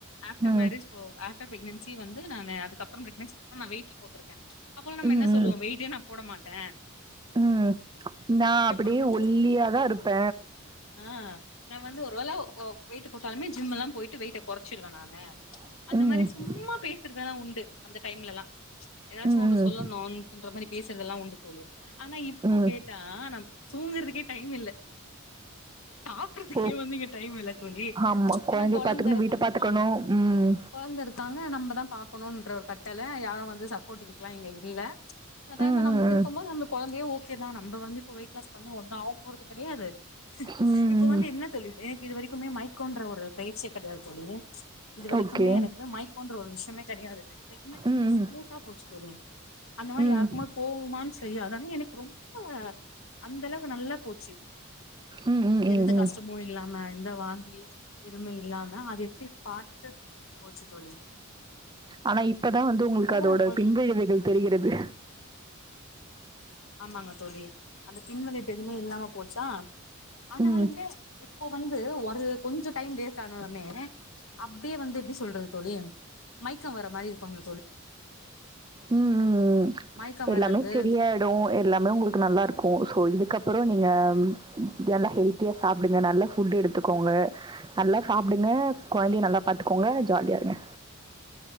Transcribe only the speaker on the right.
ம்.
ம்,
ம்,
ம் நா அப்படியே
ஒல்லியாதா
இருப்ப
ம்
ம்,
ம்,
ம்.
ஓ!
ஆமா. குழந்தைய
பார்த்துக்கணும்,
வீட்ட பார்த்துக்கணும். ம்.
ம்,
ம், ம்.
ம்,
ம்.
ஓகே.
ம்,
ம்.
ம்.
ம், ம், ம்,
ம்.
ஆனா இப்பதா வந்து உங்குள்க்கு
அதோட பின்விழைவுகள் தெரிகிறது
ம் ம்
ம் ம் ம்
எல்லாமே
சரியாயிடோ எல்லாமே உங்குளுக்கு நல்லா ருக்கு சோ இதுக்கப்புறோ நீங்க நல்லா ஹெல்த்தியா சாப்டுங்க நல்லா ஃபுட் எடுத்துக்கோங்க நல்லா சாப்டுங்க கொழ்ந்தைய நல்லா பாத்துக்கோங்க ஜாலியா இருங்க